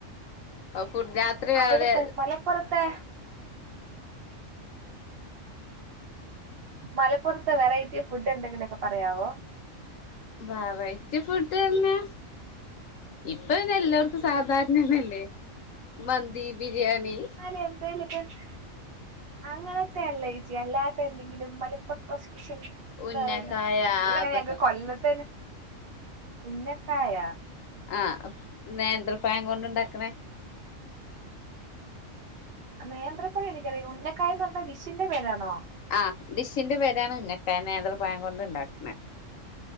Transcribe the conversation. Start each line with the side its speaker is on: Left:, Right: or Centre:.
Left: ഫുഡ് രാത്രി വേറെ
Right: അവിടത്തെ മലപ്പുറത്തെ മലപ്പുറത്തെ വെറൈറ്റി ഫുഡ് എന്തെങ്കിലുമൊക്കെ പറയാവോ
Left: വ വൈറ്റ് ഫുഡ് തന്നെ ഇപ്പ പിന്നെ എല്ലാവർക്കും സാധാരണതന്നല്ലേ മന്തി ബിരി- ബിരിയാണി
Right: എന്നാലും എന്തെങ്കിലുമൊക്കെ അങ്ങനത്തെ അല്ലയ്ചി അല്ലാതെ എന്തെങ്കിലും മലപ്പതാസ് <unintelligible>
Left: ഉന്നക്കായ
Right: ന്ന് പറയുന്ന ഇവിടെ അങ്ങനെ
Left: അതൊക്കെ
Right: ഞങ്ങക്ക് കൊല്ലത്തേനെ ഉന്നക്കായ
Left: ആഹ് അപ് നേന്ത്രപഴം കൊണ്ടുണ്ടാക്ണേ
Right: നേന്ത്രപഴം എനിക്കറിയാം ഉന്നക്കായന്ന് പറഞ്ഞാ ഡിഷിന്റെ പേരാണോ
Left: ആഹ് ഡിഷിന്റെ പേരാണ് ഉന്നക്കായ നേന്ത്രപയം കൊണ്ട് ഉണ്ടാക്കണേ